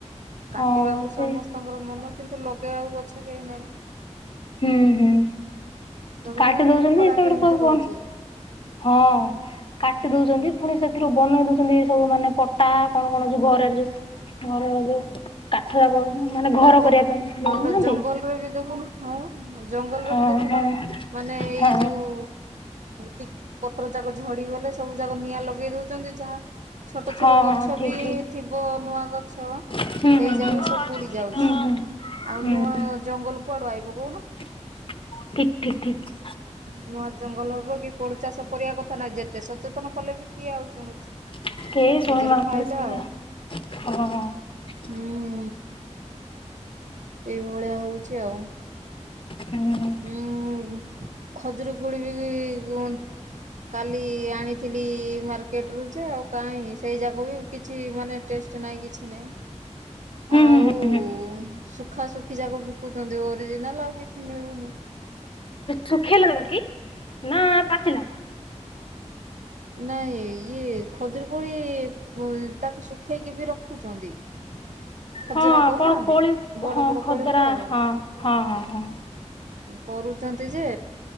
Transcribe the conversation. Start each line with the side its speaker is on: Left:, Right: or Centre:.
Right: କାଟିବାକୁ
Left: ହଁ
Right: ସମସ୍ତଙ୍କର
Left: ସେ
Right: ମନ କିନ୍ତୁ ଲଗେଇବାକୁ ଗଛ କେହି ନାହିଁ।
Left: ହୁଁ ହୁଁ
Right: ଦେଖୁଛନ୍ତି
Left: କାଟି ଦଉଛନ୍ତି
Right: ନା ଖରା
Left: ସେତେବେଟେ
Right: କେମିତି
Left: ସବୁ
Right: ହଉଛି
Left: କଣ ହଁ କାଟି
Right: ହୁଁ
Left: ଦଉଛନ୍ତି ସେଥିରୁ ବନେଇ ଦଉଛନ୍ତି ସବୁ ମାନେ ପଟା କଣ କଣ ଯୋଉ ଘରେରେ ଯୋଉ ଘରର ଯୋଉ କାଠ ଯାକ ମାନେ ଘର
Right: ପ
Left: କରିବା ପାଇଁ ବନଉନାହାନ୍ତି
Right: ଜଙ୍ଗଲରେ ବି ଦେଖୁନ ହଁ ଜଙ୍ଗଲରେ
Left: ହଁ
Right: ବି ଦେଖୁନ।
Left: ହଁ।
Right: ମାନେ ଏଇ
Left: ହଁ
Right: ଯୋଉ ଟିକ ପତ୍ର ଯାକ ଝଡ଼ିଗଲେ ସବୁ ଯାକ ନିଆଁ ଲଗେଇ ଦେଉଛନ୍ତି ଯାହା ଛୋଟ
Left: ହଁ
Right: ଛୋଟ ଗଛ
Left: ଠିକ
Right: ବି ଥିବ ନୂଆ ଗଛ।
Left: ଠିକ
Right: ସେଇ
Left: ହୁଁ
Right: ଜାଗକୁ
Left: ହୁଁ
Right: ବି ସବୁ ପୋଡ଼ିଯାଉଛି
Left: ହୁଁ ହୁଁ
Right: ଆଉ
Left: ହୁଁ ହୁଁ
Right: ନୂଆ ଜଙ୍ଗଲ କୁଆଡ଼ୁ ଆଇବ କହୁନ।
Left: ଠିକ ଠିକ ଠିକ।
Right: ନୂଆ ଜଙ୍ଗଲ ହବ କି ପୋଡୁ ଚାଷ କରିବା କଥା ନାହିଁ ଯେତେ ସତ ଚେତନ କଲେ ବି କିଏ ଆଉ ଶୁଣୁଛି?
Left: <unintelligible>
Right: ନିଜର ଫାଇଦା ଆଉ ହୁଁ ଏଇଭଳିଆ ହଉଛି ଆଉ।
Left: ହୁଁ ହୁଁ
Right: ଉଁ ଖଜୁରୀ କୋଳି ବି <unintelligible> କାଲି ଆଣିଥିଲି ମାର୍କେଟ ରୁ ଆଉ କାଇଁ ସେଇ ଯାକ ବି କିଛି ମାନେ ଟେଷ୍ଟ ନାଇଁ କିଛି ନାଇଁ।
Left: ହୁଁ
Right: ଆଉ
Left: ହୁଁ
Right: ଶୁଖା ଶୁଖି ଯାକ ବିକୁଛନ୍ତି ଓରିଜିନାଲ ଆଉ କି ମିଳୁନି।
Left: ଶୁଖିଲା କି ନା ପାଚିଲା?
Right: ନାଇଁ ଇଏ ଖଜୁରୀ କୋଳି ତାକୁ ଶୁଖେଇକି ବି ରଖୁଛନ୍ତି। <unintelligible>
Left: ହଁ
Right: କରୁନାହାନ୍ତି
Left: କଣ କୋଳି
Right: ବଡ଼
Left: ହଁ
Right: ବଡ଼
Left: ଖଦରା
Right: କୋଳି ଗୁଡ଼ାକ।
Left: ହଁ ହଁ ହଁ ହଁ
Right: କରୁଛନ୍ତି ଯେ,